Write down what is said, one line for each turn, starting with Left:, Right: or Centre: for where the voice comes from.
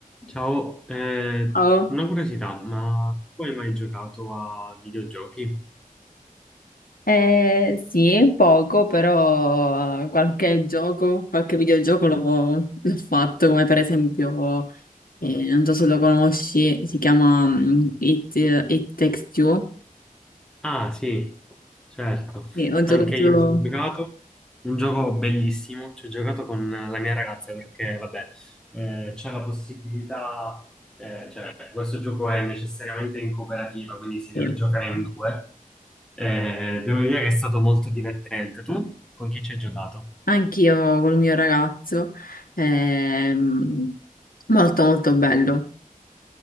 Centre: Ciao, eh,
Left: Oh,
Centre: una curiosità, ma tu hai mai giocato a videogiochi?
Left: eh, sì, poco, però eh, qualche gioco, qualche videogioco l'ho l'ho fatto, come per esempio, eh, non so se lo conosci, si chiama mm, It, eh, It Takes Two.
Centre: Ah, sì, certo,
Left: Sì, ho giocato
Centre: anche io ci ho giocato, un gioco bellissimo, ci ho giocato con la mia ragazza perché, vabbè, eh, c'è la possibilità, eh, cioè, questo gioco è necessariamente in cooperativa, quindi si
Left: sì,
Centre: deve giocare in due. Eh, devo dire che è stato molto divertente. Tu con chi ci hai giocato?
Left: anch'io col mio ragazzo, ehm, molto molto bello.